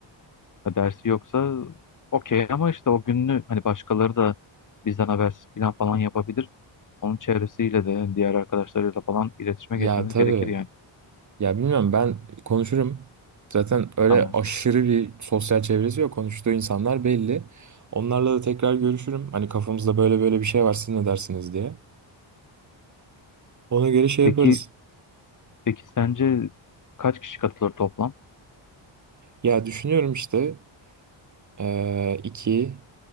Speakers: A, on the left; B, on the right.
A: Ya dersi yoksa okey ama işte o gününü hani başkaları da bizden habersiz plan falan yapabilir. Onun çevresiyle de yani diğer arkadaşlarıyla falan iletişime
B: Ya
A: geçmemiz
B: tabii.
A: gerekir yani.
B: Ya bilmiyorum ben konuşurum. Zaten öyle
A: Tamam.
B: aşırı bir sosyal çevresi yok. Konuştuğu insanlar belli. Onlarla da tekrar görüşürüm. Hani kafamızda böyle böyle bir şey var siz ne dersiniz diye. Ona göre şey
A: Peki
B: yaparız.
A: peki sence kaç kişi katılır toplam?
B: Ya düşünüyorum işte eee 2.